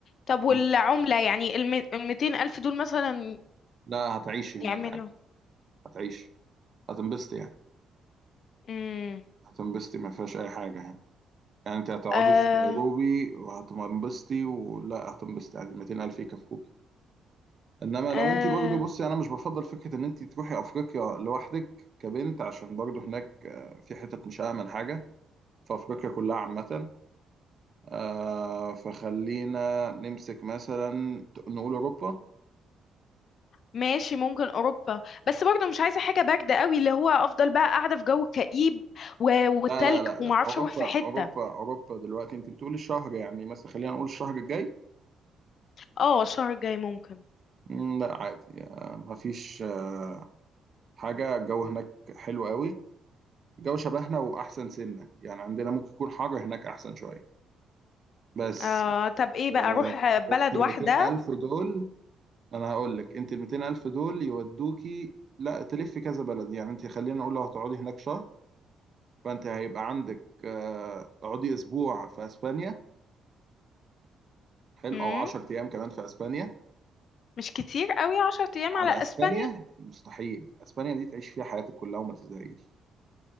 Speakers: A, on the left; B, on the right.
A: طب والعملة
B: مم.
A: يعني الم... الميتين الف دول مثلا
B: لا هتعيشي
A: يعملوا
B: هناك عادي هتعيشي هتنبسطي يعني
A: امم
B: هتنبسطي ما فيهاش أي حاجة يعني يعني أنت هتقعدي
A: آه
B: في نيروبي وهتنبسطي ولا هتنبسطي عادي 200000 يكفوك إنما
A: آه
B: لو أنت برضه بصي أنا مش بفضل فكرة إن أنت تروحي أفريقيا لوحدك كبنت عشان برضه هناك آه، في حتت مش آمن حاجة في أفريقيا كلها عامة آه فخلينا نمسك مثلا نقول أوروبا
A: ماشي ممكن اوروبا بس برضه مش عايزه حاجه بارده قوي اللي هو افضل بقى قاعده في جو كئيب و... والتلج
B: لا لا لا لا
A: ومعرفش
B: أوروبا
A: اروح في حته
B: أوروبا أوروبا دلوقتي أنت بتقولي الشهر يعني مثلا خلينا نقول الشهر الجاي
A: اه الشهر الجاي ممكن
B: مم، لا عادي آه، مفيش آه، حاجة الجو هناك حلو قوي الجو شبهنا وأحسن سنة يعني عندنا ممكن يكون حر هناك أحسن شوية بس
A: آه طب ايه بقى
B: آه،
A: اروح بلد
B: وقت ال
A: واحدة
B: 200 ألف دول أنا هقول لك أنت ال 200 ألف دول يودوكي لا تلفي كذا بلد يعني أنت خلينا نقول لو هتقعدي هناك شهر فانت هيبقى عندك آه، اقعدي اسبوع في اسبانيا حلو
A: مم.
B: او 10 ايام كمان في اسبانيا
A: مش كتير قوي عشر ايام
B: على
A: على اسبانيا
B: اسبانيا مستحيل اسبانيا دي تعيش فيها حياتك كلها وما تزهقيش